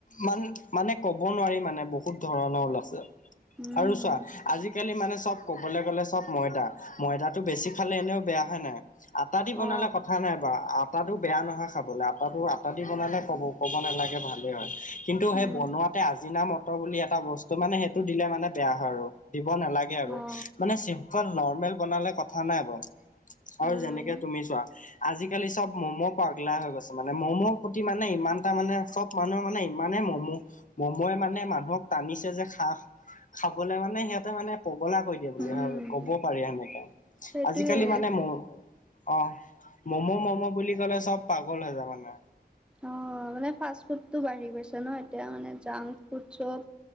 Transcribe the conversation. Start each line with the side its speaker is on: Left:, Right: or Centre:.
Left: মান মানে ক'ব নোৱাৰি মানে বহুত ধৰণৰ ওলাইছে।
Centre: উম
Left: আৰু চোৱা আজিকালি মানে চ'ব। ক'বলৈ গ'লে চ'ব ময়দা ময়দাটো বেছি খালে এনেও বেয়াহে নাই, আটা দি বনালে
Centre: অ
Left: কথা নাই। বা আটাটো বেয়া নহয় খাবলৈ, আটাটো- আটা দি বনালে ক'ব-ক'ব নালাগে ভালে হয়। কিন্তু সেই
Centre: উম
Left: বনোৱাতে আজিনা মটৰ বুলি এটা বস্তু, মানে সেইটো দিলে মানে বেয়া হয় আৰু। দিব নালাগে আৰু,
Centre: অ
Left: মানে চিম্পল নৰ্মেল বনালে কথা নাই বাৰু। আৰু
Centre: উম
Left: যেনেকে তুমি চোৱা আজিকালি চব ম'ম পাগলা হৈ গৈছে, মানে ম'ম' প্ৰতি মানে ইমান এটা মানে চ'ব মানুহে মানে ইমানে ম'ম, ম'ম য়ে মানে মানুহক টানিছে যে খাঁ খাবলে মানে সিহঁতে মানে পগলা কৈ দিয়ে বুলি,
Centre: উম
Left: হয় ক'ব পাৰি সেনেকে
Centre: সেইটোয়ে
Left: আজিকালি মানে ম, অ, ম'ম' ম'ম' বুলি ক'লে চব পাগল হৈ যাবা না
Centre: অ মানে ফাষ্ট ফুড টো বাঢ়ি গৈছে ন এতিয়া মানে জাংক ফুড চব